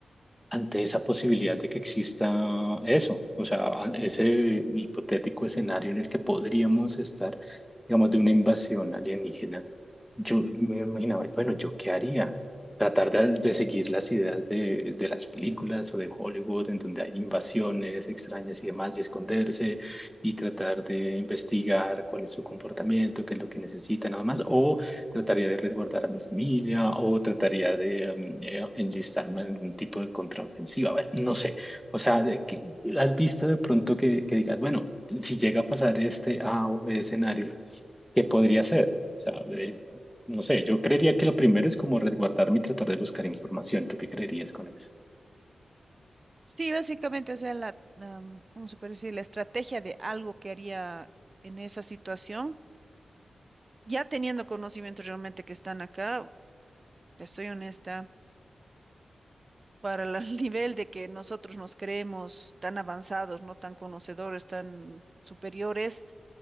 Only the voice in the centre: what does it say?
ante esa posibilidad de que exista eso, o sea, a- ese hipotético escenario en el que podríamos estar, digamos, de una invasión alienígena, yo me imaginaba, bueno, ¿yo qué haría? Tratar de, de seguir las ideas de, de las películas o de Hollywood, en donde hay invasiones extrañas y demás, y esconderse y tratar de investigar cuál es su comportamiento, qué es lo que necesitan, nada más, o trataría de resguardar a mi familia o trataría de mm, eh, enlistarme en algún tipo de contraofensiva. Bueno, no sé. O sea, de que- ¿has visto de pronto que, que digas, bueno, si llega a pasar este A o B escenario, ¿qué podría ser? O sea, de- no sé, yo creería que lo primero es como resguardarme y tratar de buscar información. ¿Tú qué creerías con eso?